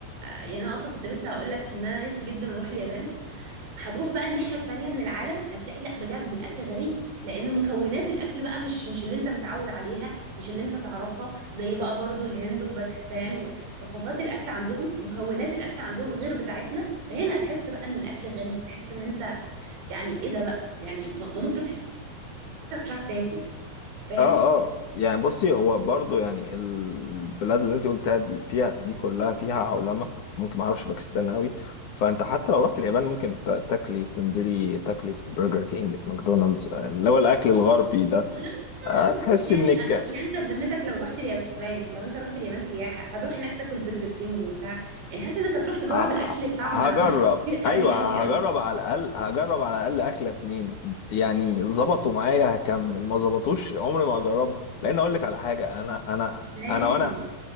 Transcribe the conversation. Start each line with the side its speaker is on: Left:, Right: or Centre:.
Right: يعني انا اصلا كنت لسه هقول لك ان انا نفسي جدا اروح اليابان هتروح بقى الناحية التانية من العالم هتلاقي لا بجد الأكل غريب لأن مكونات الأكل بقى مش مش اللي أنت متعود عليها مش اللي أنت تعرفها زي بقى برضو الهند وباكستان وثقافات الأكل عندهم مكونات الأكل عندهم غير بتاعتنا فهنا تحس بقى إن الأكل غريب تحس إن أنت يعني إيه ده بقى يعني م- ممكن تحس إنك مش عارف تاكل فاهم؟
Left: اه اه يعني بصي هو برضو يعني البلاد اللي انت قلتها دي فيها دي كلها فيها عولمه ممكن ما اعرفش باكستان قوي فانت حتى لو رحت اليابان ممكن ت- تاكلي تنزلي تاكلي في برجر كينج في ماكدونالدز آه، اللي هو الاكل الغربي ده
Right: لا
Left: آه، تحسي
Right: يعني
Left: انك
Right: يعني انت بذمتك لو رحت اليابان لو انت رحت اليابان سياحه هتروح هناك تاكل برجر كينج وبتاع يعني حاسه انك هتروح تجرب
Left: آه،
Right: الاكل بتاعهم
Left: هجرب
Right: ده عندهم حاجات كتير قوي
Left: ايوه
Right: قوي قوي
Left: هجرب على الاقل هجرب على الاقل اكله اتنين يعني ظبطوا معايا هكمل ما ظبطوش عمري ما هجربه لان اقول لك على حاجه انا انا
Right: ازاي
Left: انا وانا